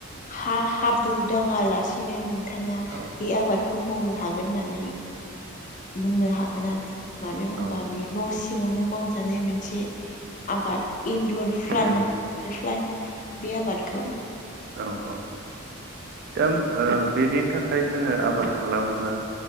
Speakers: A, on the left; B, on the right.
A: हा हाब्रु दाङा लासेनो नों बिथाङा
B: औ
A: बे आबादखौ मावनो हागोन होननानै बुंनो हागोन आरो। मानो होनबा
B: औ
A: बियो न' सिङावनो मावजानाय मोनसे आबाद इन्दुर फ्लान
B: औ
A: होनो बे फ्लान बे आबादखौ
B: औ औ दा बेनि थाखाय जोङो आबाद खालामोबा